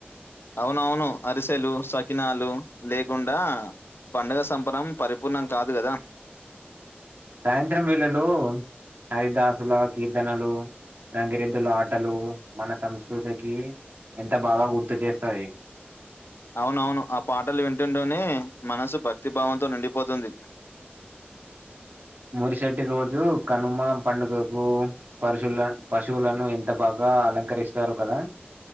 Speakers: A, on the left; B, on the right.
A: అవునవును అరిసెలు సకినాలు లేకుండా పండగ సంబరం పరిపూర్ణం కాదు గదా
B: సాయంత్రం వేళ్లలో హరిదాసుల కీర్తనలు గంగిరెద్దుల ఆటలు మన సంస్కృతికి ఎంత బాగా గుర్తు చేస్తాయి
A: అవునవును ఆ పాటలు వింటుంటెనే మనసు భక్తిభావంతో నిండిపోతుంది
B: <inaudible> మురుసటి రోజు కనుమ పండుగకు పర్శుల పశువులను ఎంత బాగా గా అలంకరిస్తారు కదా